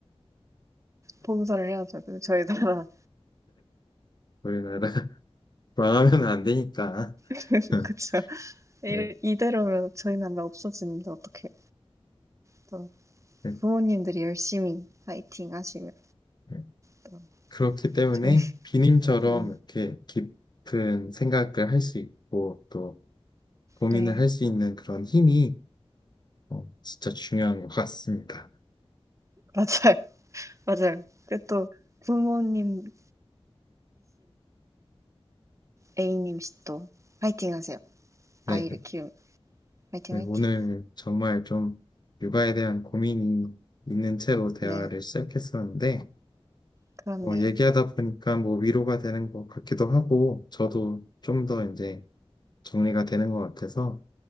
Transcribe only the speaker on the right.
봉사를 해야죠. 그 저희 나라,
<laughs>
그렇 이-
<laughs> 이대로면 저희 나라 없어지는데 어떻게 또
부모님들이 열심히 파이팅 하시면
또
저희,
네,
네,
맞아요, 맞아요. 그또 부모님이신 A님 씨도 화이팅 하세요.
아이를 키우 화이팅
화이팅.
네,
그렇네요.